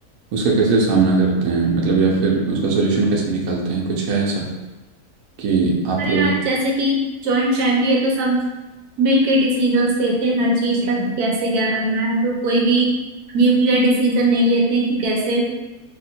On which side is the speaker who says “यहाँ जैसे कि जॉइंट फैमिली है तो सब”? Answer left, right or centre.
Right